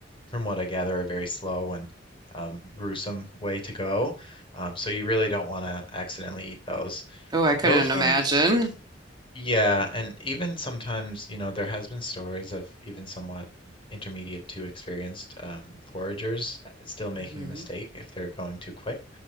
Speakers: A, on the left; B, on the right.
A: from what I gather a very slow and um, gruesome way to go. Um, so you really don't want to accidentally eat those.
B: Oh, I couldn't
A: Those
B: imagine.
A: ones yeah, and even sometimes, you know, there has been stories of even somewhat intermediate to experienced um, foragers uh, still making
B: hmm
A: a mistake if they're going too quick.